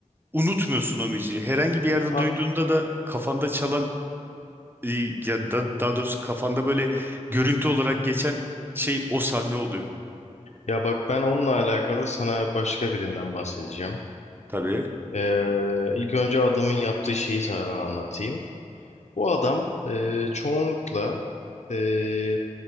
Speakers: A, on the right; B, on the left.
A: unutmuyorsun o müziği. Herhangi bir yerde
B: Ha-
A: duyduğunda da kafanda çalan e, ya da daha doğrusu kafanda böyle görüntü olarak geçen şey o sahne oluyor.
B: Ya bak ben onunla alakalı sana başka birinden bahsedeceğim.
A: Tabii.
B: Ee, ilk önce adamın yaptığı şeyi sana anlatayım. Bu adam e, çoğunlukla e,